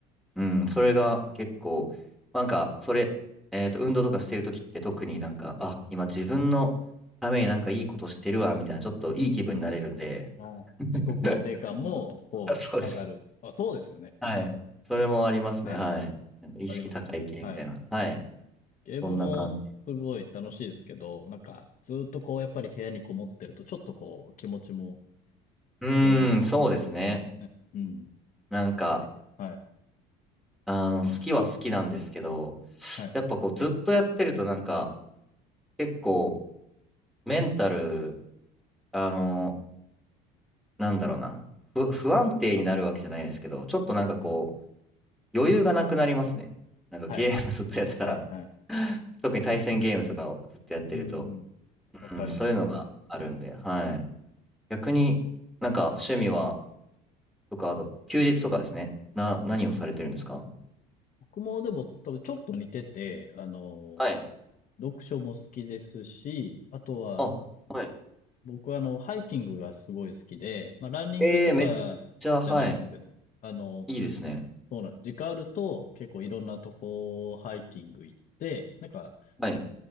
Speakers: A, in the centre; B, on the left (about 50°).
A: うん、それが結構、なんか、それ、えっと、運動とかしてるときって特になんか、あ、今自分のためになんかいいことしてるわ、みたいな、ちょっといい気分になれるんで、
B: うん。はい。
A: <laughs>
B: 自己肯定感も、こう、
A: あそうです。
B: 上がる。あ、そうですよね。
A: はい。
B: でも、
A: それもありますね、
B: はい。
A: はい。なんか意識高い系みたいな。
B: あります。はい。
A: はい。
B: ゲームもすごい楽しいですけど、
A: そんな感じ。
B: なんか、ずっとこう、やっぱり部屋にこもってると、ちょっとこう、気持ちも
A: うーん、
B: どんよりしますね。
A: そうですね。
B: うん、わ
A: なんか、
B: かります。はい。
A: あの、好きは好きなんですけど、
B: はい。
A: やっぱこう、ずっとやってるとなんか、結構、メンタル、あの、なんだろうな、不、不安定になるわけじゃないですけど、ちょっとなんかこう、余裕がなくなりますね。なんかゲームずっとやってたら、
B: はい。はい。はい。
A: 特に対戦ゲームとかをずっとやってると、
B: うん。わかります。
A: うん、そういうのがあるんで、
B: わかります。
A: はい。逆になんか趣味は、とか、あと、休日とかですね。な、何をされてるんですか
B: 僕もでも多分ちょっと似てて、あの
A: はい。
B: 読書も好きですし、あとは、
A: あ、はい。
B: 僕はあの、ハイキングがすごい好きで、まあ、ランニングとかじゃないんですけど、
A: えー、めっちゃ、はい。
B: あの、
A: いいですね。
B: そうなんです。時間あると結構いろんなとこハイキング行って、なんか、
A: はい。